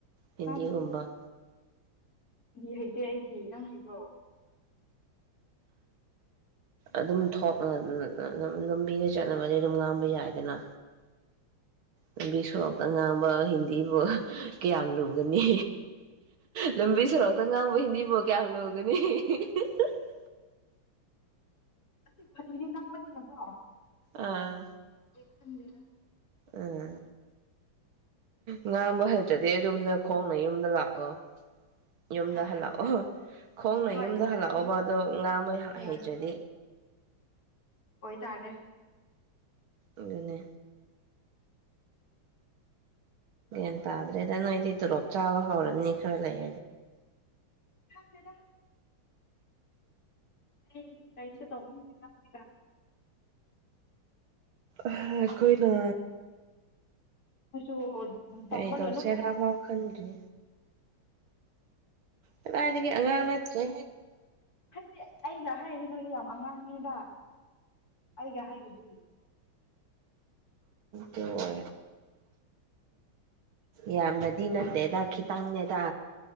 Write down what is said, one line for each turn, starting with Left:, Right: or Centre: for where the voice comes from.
Right: ꯍꯤꯟꯗꯤꯒꯨꯝꯕ
Left: ꯉ ꯀꯗꯤꯗ ꯗꯤ ꯍꯩꯇꯦ ꯑꯩꯗꯤ ꯅꯪ ꯍꯩꯕ꯭ꯔꯣ
Right: ꯑꯗꯨꯝ ꯊꯣꯛꯅ ꯂꯝꯕꯤꯗ ꯆꯠꯅꯕꯗꯤ ꯑꯗꯨꯝ ꯉꯥꯡꯕ ꯌꯥꯏꯗꯅ ꯅꯨꯕꯤ ꯁꯣꯔꯣꯛꯇ ꯉꯥꯡꯕꯤꯟ ꯑꯗꯨꯕꯨ ꯀꯌꯥꯝ ꯂꯨꯒꯅꯤ ꯂꯝꯕꯤ ꯁꯣꯔꯣꯛꯇ ꯉꯥꯡꯕ ꯍꯤꯟꯗꯤꯐꯥꯎ ꯀꯌꯥꯝ ꯂꯨꯒꯅꯤ <unintelligible>
Left: ꯑꯁꯤꯇꯤꯗꯤ ꯉꯪꯕꯅꯤꯅꯀꯣ
Right: ꯑꯥ
Left: ꯊꯗꯦꯒ
Right: ꯎꯝ ꯉꯥꯡꯕ ꯍꯩꯇꯗꯤ ꯑꯗꯨꯝꯅ ꯈꯣꯡꯅ ꯌꯨꯝꯗ ꯂꯥꯛꯑꯣ ꯌꯨꯝꯗ
Left: ꯍꯥ
Right: ꯍꯜꯂꯛꯑꯣ ꯈꯣꯡꯅ
Left: ꯍꯣꯏ
Right: ꯌꯨꯝꯗ
Left: ꯂꯥꯛꯀꯅꯤ
Right: ꯍꯜꯂꯛꯑꯣꯕ ꯑꯗꯣ ꯉꯥꯍꯩ
Left: ꯍꯣꯏ
Right: ꯍꯩꯇ꯭ꯔꯗꯤ
Left: ꯑꯣꯏꯇꯥꯔꯦ
Right: ꯑꯗꯨꯅꯦ ꯟ ꯇꯗ꯭ꯔꯦꯗ ꯅꯣꯏꯗꯤ ꯇꯣꯂꯣꯞ ꯆꯥꯕ ꯍꯧꯔꯅꯤ ꯈꯔ ꯂꯩ
Left: ꯊꯥꯡꯕꯦꯗ ꯀꯩꯅꯝꯇ ꯇꯉ
Right: ꯑꯩꯈꯣꯏꯅ
Left: ꯍꯧꯁꯨ ꯎ
Right: ꯀꯔꯤ
Left: ꯇꯝꯕꯜꯣꯅꯣ
Right: ꯇꯧꯁꯦꯔꯥꯐꯥꯎ ꯈꯟꯗ꯭ꯔꯤ ꯑꯗꯨꯗꯥꯏꯗꯒꯤ ꯑꯉꯥꯡ ꯅꯠꯇ꯭ꯔꯦ
Left: ꯍꯧꯖꯤꯛ ꯑꯩꯒ ꯍꯥꯏꯔꯤ ꯅꯣꯏꯗꯤ ꯌꯥꯝ ꯑꯉꯥꯡꯅꯦꯕ ꯑꯩꯒ ꯍꯥꯏꯅꯗꯤ
Right: ꯍ ꯌꯥꯝꯅꯗꯤ ꯅꯠꯇꯦꯗ ꯈꯤꯇꯪꯅꯦꯗ